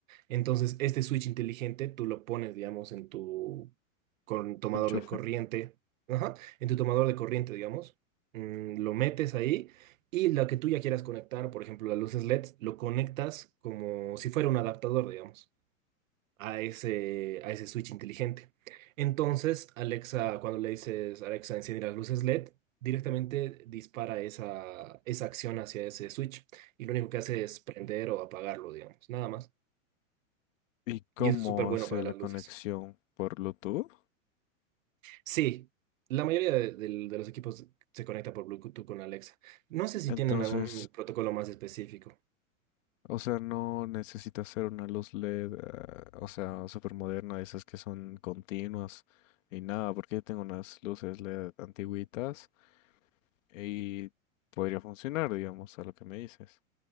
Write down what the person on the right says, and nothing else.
Entonces, este Switch inteligente tú lo pones, digamos, en tu con- tomador
de corriente, ajá, en tu tomador de corriente, digamos, mm, lo metes ahí y lo que tú ya quieras conectar, por ejemplo, las luces LED, lo conectas como si fuera un adaptador, digamos a ese, a ese switch inteligente. Entonces, Alexa, cuando le dices Alexa, enciende las luces LED, directamente dispara esa, esa acción hacia ese switch y lo único que hace es prender o apagarlo, digamos, nada más.
Y eso es súper bueno
para las
luces.
Sí, la mayoría de, del- de los equipos se conecta por Bluetooth con Alexa. No sé si
tienen algún protocolo más específico.